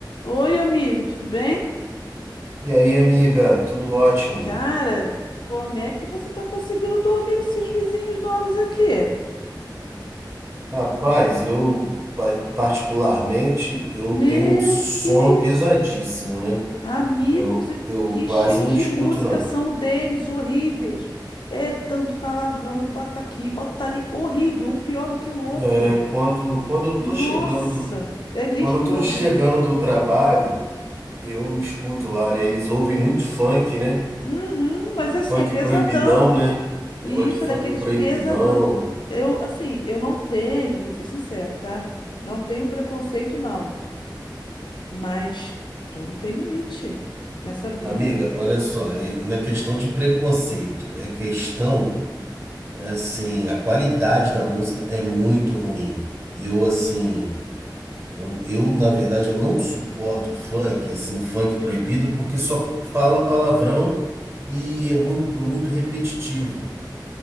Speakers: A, on the left; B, on the right.
A: Oi, amigo, tudo bem?
B: E aí, amiga, tudo ótimo?
A: Cara, como é que você tá conseguindo dormir com esses vizinhos novos aqui?
B: Rapaz, eu pa- particularmente eu
A: Meu
B: tenho um sono
A: Deus!
B: pesadíssimo, né?
A: Amigos,
B: Eu,
A: e-
B: eu
A: que
B: quase
A: estilos
B: não
A: de
B: escuto
A: música
B: nada.
A: são o deles, horríveis. É tanto palavrão e bota aqui, bota ali, horrível, um pior do que o outro.
B: É, quando, quando eu
A: Nossa,
B: tô chegando do,
A: é lixo
B: quando eu
A: no
B: tô
A: meu ouvido.
B: chegando do trabalho, eu escuto lá, né? Eles ouvem muito funk, né?
A: Uhum, mas assim,
B: Funk
A: é pesadão.
B: proibidão, né? Negócio
A: E isso
B: de funk
A: é daqueles
B: proibidão.
A: pesadão. Eu, assim, eu não tenho, vou te ser sincero, tá? Não tenho preconceito, não. Mas tudo tem limite nessa vida.
B: Amiga, olha só, e não é questão de preconceito, é questão Assim, a qualidade da música é muito ruim. Eu, assim, eu, eu, na verdade, eu não suporto funk, assim, funk proibido, porque só fala palavrão e é muito, muito repetitivo.